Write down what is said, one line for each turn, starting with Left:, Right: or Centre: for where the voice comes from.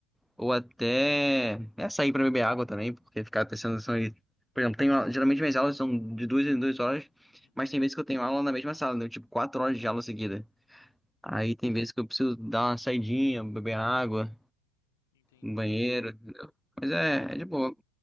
Centre: ou até é, sair para beber água também, porque ficar prestando atenção aí. Por exemplo, tenho, aula- geralmente minhas aulas são de duas em duas horas,
Left: Uhum.
Centre: mas tem vezes que eu tenho aula na mesma sala, né? Tipo, quatro horas de aula seguida. Aí tem vezes que eu preciso dar uma saidinha, beber água,
Left: Entende?
Centre: no banheiro,
Left: É,
Centre: entendeu? Mas é,
Left: é,
Centre: é de boa.